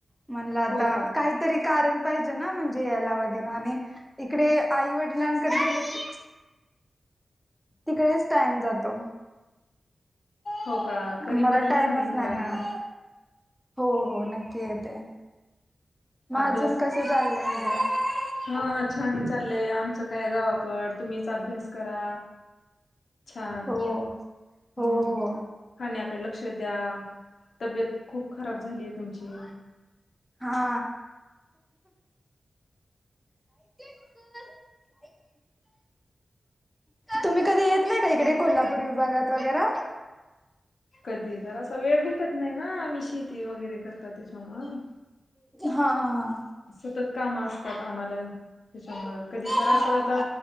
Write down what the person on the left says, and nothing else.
हो का
हो का तरी
पण या
ना इकड
अभ्यास
हा छान चाललंय आमचं काय गावाकड तुम्हीच अभ्यास करा छान
हूं
खाण्यात कड लक्ष द्या. तब्येत खूप खराब झालीय तुमची.
कधी तर असा वेळ भेटत नाही ना आम्ही शेती वगैरे करता त्याच्यामुळ.
सतत काम असतात आम्हाला. त्याच्यामुळ कधी
तर असं आता